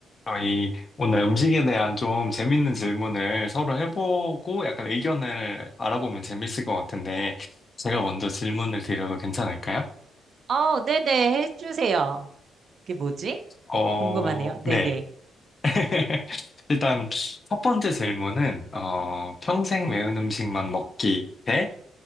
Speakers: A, on the left; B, on the right.
A: 아, 이, 오늘 음식에 대한 좀 재밌는 질문을 서로 해보고 약간 의견을 알아보면 재밌을 것 같은데, 제가 먼저 질문을 드려도 괜찮을까요?
B: 어, 네네, 해주세요. 그게 뭐지?
A: 어,
B: 궁금하네요.
A: 네.
B: 네네.
A: <laughs> 일단, 첫 번째 질문은, 어, 평생 매운 음식만 먹기 대